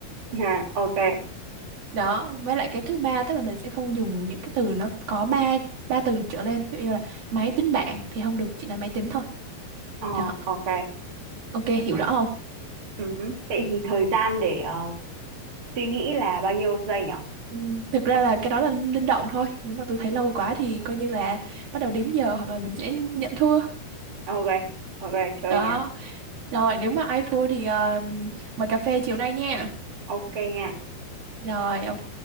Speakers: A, on the right; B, on the right.
A: ha, ok
B: Đó, với lại cái thứ ba tức là mình sẽ không dùng những cái từ nó có ba ba từ trở lên. Ví dụ như là máy tính bảng thì không được, chỉ nói máy tính thôi.
A: ờ
B: Đó,
A: ok
B: ok, hiểu rõ không?
A: ừ vậy thì thời gian để ờ, suy nghĩ là bao nhiêu giây nhỉ
B: Ừm, Thực ra là cái đó là linh động thôi. Nếu mà tôi thấy lâu quá thì coi như là bắt đầu đếm giờ hoặc là mình sẽ nhận thua.
A: ok ok chơi
B: Đó.
A: nha
B: Rồi, nếu mà ai thua thì ờ, mời cà phê chiều nay nha.
A: ok nha
B: Rồi, ok.